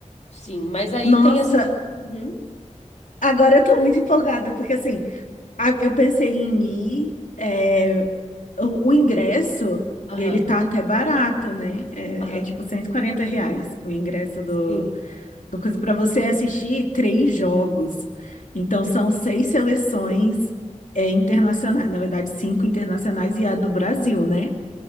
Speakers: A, on the left; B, on the left.
A: Sim. Mas aí
B: Nossa,
A: tem essas. Uhum.
B: agora eu tô muito empolgada, porque, assim, a- eu pensei em ir. é, o, o ingresso,
A: Aham.
B: ele tá até barato, né? É,
A: Aham.
B: é tipo 140 reais o ingresso
A: Sim.
B: Uma coisa para você é assistir três jogos. Então são seis seleções é, internacionais, na verdade cinco internacionais e a do Brasil, né?